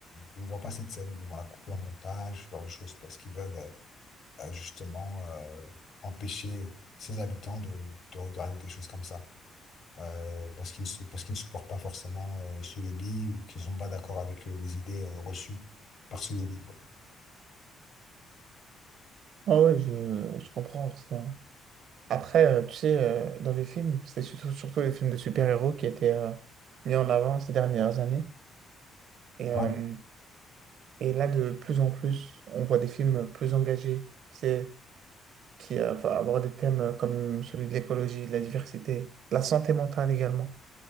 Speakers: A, on the left; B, on the right.
A: ne voit pas cette scène. Ils vont la couper en montage, ce genre de choses, parce qu'ils veulent euh, euh, justement euh, empêcher ses habitants de, de regarder des choses comme ça. Euh, parce qu'ils ne, sou- parce qu'ils ne supportent pas forcément euh, ce lobby ou qu'ils ne sont pas d'accord avec euh, les idées euh, reçues par ce lobby, quoi.
B: Ah ouais, je, je comprends aussi, hein. Après, euh, tu sais, euh, dans les films, c'était surtout, surtout les films de super-héros qui étaient euh, mis en avant ces dernières années. Et, euh,
A: Ouais,
B: et là, de plus en plus, on voit des films plus engagés, tu sais, qui euh, va avoir des thèmes comme celui de l'écologie, de la diversité, de la santé mentale également.